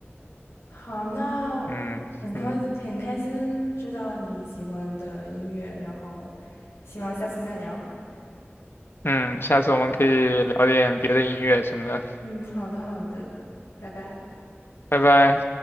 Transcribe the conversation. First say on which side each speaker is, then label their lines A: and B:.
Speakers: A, on the left; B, on the left.
A: 好，那
B: 嗯嗯
A: 很开很开心知道你喜欢的音乐，然后希望下次再聊。
B: 嗯，下次我们可以聊点别的音乐什么的。
A: 嗯，好的好的，拜拜。
B: 拜拜。